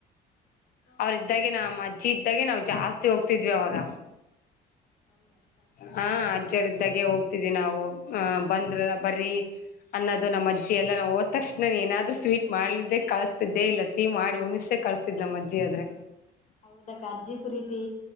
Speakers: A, on the left; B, on the left.
A: ಅಕ್ಕ ಅವ್ರು
B: ಅವ್ರ
A: ಹೇಳಿದ್ರಕ್ಕ
B: ಇದ್ದಾಗೆ ನಮ್ಮ
A: ಏನೋ
B: ಅಜ್ಜಿ. ಇದ್ದಾಗೆ ನಾವು ಜಾಸ್ತಿ ಹೋಗ್ತಿದ್ವಿ ಅವಾಗ.
A: ಹೌದಾ ಅಕ್ಕ
B: ಹಾ ಅಜ್ಜರ ಇದ್ದಾಗೆ ಹೋಗ್ತಿದ್ದವಿ ನಾವು. ಬಂದ್ರಲ್ಲ ಬರೀ ಅನ್ನೋದು ನಮ್ಮ ಅಜ್ಜಿ ಎಲ್ಲ ನಾ ಹೋದ ತಕ್ಷಣ ಏನಾದ್ರು ಸ್ವೀಟ್ ಮಾಡ್ಲಿದೆ ಕಸ ದೆ ಇಲ್ಲ ಸಿಹ ಮಾಡಿ ಉಣ್ಸೆ ಕಳ್ಸ್ತಿದ್ ನ ಅಜ್ಜಿ ಆದ್ರೆ
A: ಹೌದಾ ಅಕ್ಕ ಅಜ್ಜಿ ಪ್ರೀತಿ